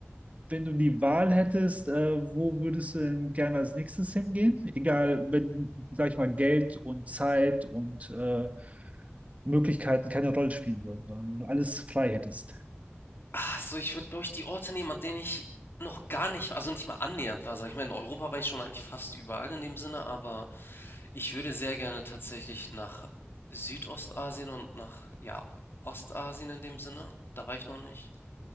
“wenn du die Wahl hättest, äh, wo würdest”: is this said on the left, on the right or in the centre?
Right